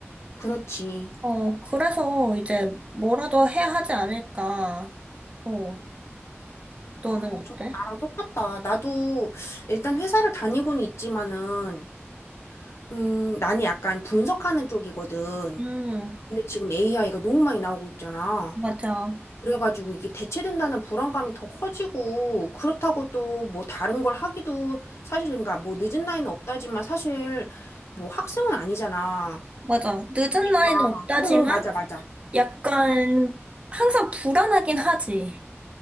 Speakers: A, on the left; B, on the right.
A: 그렇지.
B: 어, 그래서 이제 뭐라도 해야 하지 않을까. 어, 너는
A: 아,
B: 어때?
A: 정말 나랑 똑같다. 나도 일단 회사를 다니고는 있지만은, 음, 나는 약간 분석하는 쪽이거든.
B: 음,
A: 근데 지금 AI가 너무 많이 나오고 있잖아.
B: 맞아.
A: 그래가지고 이게 대체된다는 불안감이 더 커지고, 그렇다고 또 뭐 다른 걸 하기도 사실, 그러니까 뭐 늦은 나이는 없다지만 사실 뭐 학생은 아니잖아.
B: 맞아. 늦은
A: 그러니까.
B: 나이는 없다지만
A: 어, 맞아, 맞아.
B: 약간 항상 불안하긴 하지.